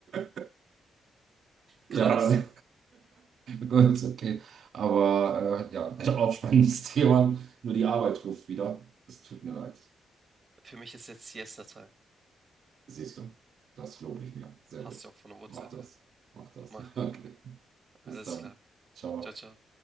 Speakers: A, on the right; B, on the right.
A: <laughs> Ja,
B: Krass.
A: <laughs> Gut, okay. Aber äh, ja, <laughs> auch spannendes Thema. Nur die Arbeit ruft wieder. Es tut mir leid.
B: Für mich ist jetzt Siesta-Time.
A: Siehst du, das lobe ich mir. Sehr
B: Passt
A: gut.
B: ja auch von der Uhrzeit
A: Mach das.
B: her.
A: Mach das.
B: Mach
A: <laughs>
B: ich.
A: Okay.
B: Alles
A: Bis dann.
B: klar.
A: Ciao.
B: Ciao, ciao.